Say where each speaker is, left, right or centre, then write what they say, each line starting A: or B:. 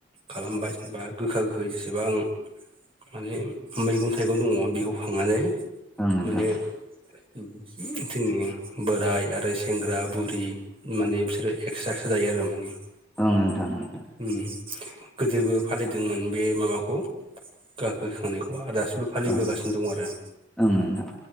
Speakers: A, on the right; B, in the centre.
A: खालामबाय बा गोखा गोखै जेसेबां माने मैगं थाइगं दङ बेखौ खांनानै
B: ओं नोंथां
A: माने जोंनि बोराय आरो सेंग्रा बुरि माने बिसोरो एकस्रा एकस्रा फ जायो आरो माने
B: औ नोंथां नोंथां
A: ओम गोदोबो फालिदोंमोन बे माबाखौ। गाखोखांनायखौ आरो दासिमबो फालिबोगासिनो
B: ओं
A: दं आरो।
B: ओं नोंथां